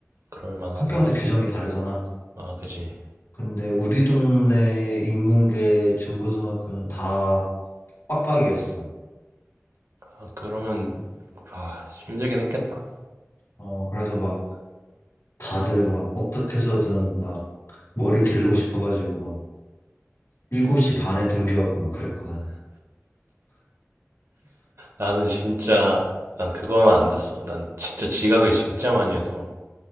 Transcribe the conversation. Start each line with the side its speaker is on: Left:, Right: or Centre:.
Right: 그럴 만하네.
Left: 학교마다 규정이 다르잖아.
Right: 아, 그지.
Left: 근데 우리 동네 인문계 중고등학교는 다 빡빡이었어.
Right: 아, 그러면, 아, 힘들긴 했겠다.
Left: 어, 그래서 막 다들 막 어떻게 해서든 막 머리 기르고 싶어가지고 막 7시
Right: 그지.
Left: 반에 등교하고 막 그랬거든.
Right: 나는 진짜, 난 그거는 안 됐어. 난 진짜 지각을 진짜 많이 해서.